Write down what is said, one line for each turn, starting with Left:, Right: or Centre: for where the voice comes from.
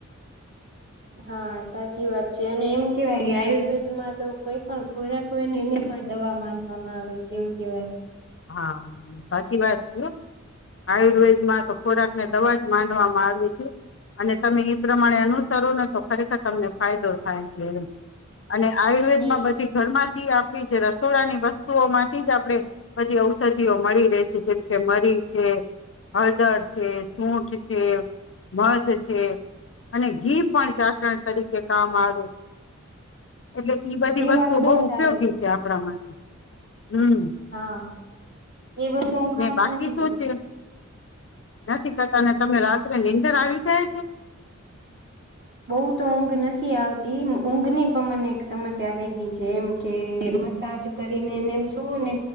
Right: હા સાચી વાત છે. અને એમ કેવાય કે આયુર્વેદમાં તો કોઈ પણ ખોરાક હોયને એને પણ દવા માનવામાં આવે છે. એવું કેવાય,
Left: હા, સાચી વાત છે હો. આયુર્વેદમાં તો ખોરાકને દવા જ માનવામાં આવે છે. અને તમે એ પ્રમાણે અનુસરો ને તો ખરેખર તમને ફાયદો થાય છે એમ. અને આયુર્વેદ
Right: હમ.
Left: માં બધી ઘર માં થી, આપણી જે રસોડાની વસ્તુઓ માંથી જ આપણે. બધી ઔષધિઓ મળી રહે છે. જેમકે મરી છે, હળદર છે, સૂઠ છે, મધ છે અને ઘી પણ ચાટણ તરીકે કામ આવે. એટલે ઈ બધી
Right: એ
Left: વસ્તુઓ
Right: વાત
Left: બહુ ઉપયોગી
Right: સારી
Left: છે આપણા માટે. હમ્મ
Right: <inaudible> એ બધું હું ખાસ
Left: બાકી
Right: નથી
Left: શું
Right: કરતી.
Left: છે નથી કરતા. તમને રાત્રે નીંદર આવી જાય છે?
Right: બઉુ તો ઊંઘ નથી આવતી. ઊંઘ ની પણ મને એક સમસ્યા થઈ ગઈ છે. એમ કે મસાજ કરીને. એને એમ <unintelligible> ને.